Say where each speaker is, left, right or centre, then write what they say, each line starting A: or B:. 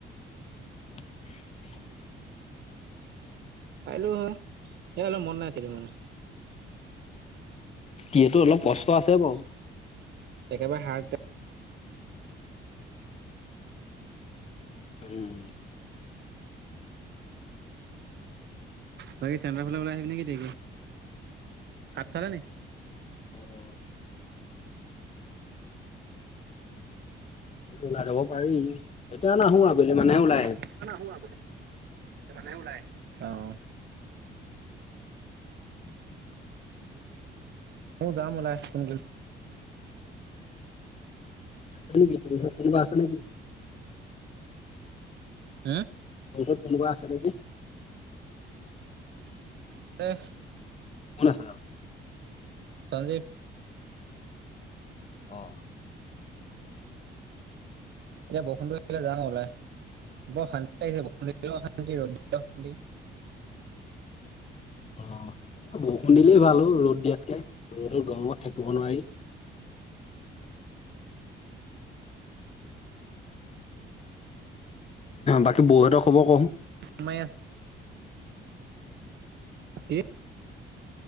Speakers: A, on the left (about 35°); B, on the right (about 60°).
A: <inaudible>
B: পাইলো হয়। সেই অলপ মন নাইছিল মানে।
A: টিয়েটো অলপ কষ্ট আছে বাৰু।
B: একেবাৰে হাৰ্ডত
A: উম।
B: বাকী চেণ্টাৰফালে ওলাই আহিবি নেকি দে, কাঠ খালে নি?
A: অ', ওলাই যব পাৰি, এতিয়া নাহো আবেলি মানেহে ওলাই আহিম।
B: এতিয়া নাহোঁ আবেলি মানেহে ওলাই আহিম। অ'।
A: <inaudible>
B: মই যাম ওলাই কোন খিল
A: আছে নেকি তোৰ ওচৰত কোনবা আছে নেকি?
B: হু?
A: তোৰ ওচৰত কোনোবা আছে নেকি?
B: এহ
A: কোন আছে লগত?
B: চঞ্জীৱ
A: অ'।
B: এতিয়া বৰষুণটো একে যাম ওলাই। বৰ শান্তি লাগিছে অশান্তি ৰধ শান্তি
A: <unintelligible> অ', বৰষুণ দিলেই ভাল অই ৰ'দ দিয়াতকে ৰ'দত গৰমত থাকিব নোৱাৰি। বাকী বৌহঁতৰ খবৰ কহোন?
B: ছানমাই আছে। এই